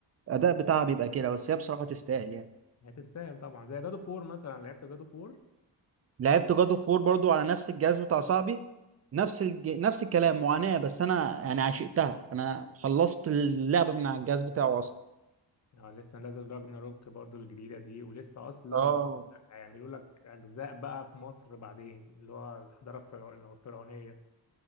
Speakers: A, on the right; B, on the left.
A: الاداء بتاعها بيبقى كده بس هي بصراحة تستاهل يعني
B: هتستاهل طبعا زي جادو فور مثلا لعبت جادو فور
A: لعبت جاد اوف وور برضو على نفس الجهاز بتاع صاحبي نفس الج... نفس الكلام معاناة بس انا يعني عشقتها انا خلصت اللعبة من على الجهاز بتاعه اصلا
B: اه لسه نازل راجنا روك برضو الجديدة دي ولسه أصلا
A: اه
B: هيعملوا لك أجزاء بقى في مصر بعدين اللي هو الحضارة الفرع- الفرعونية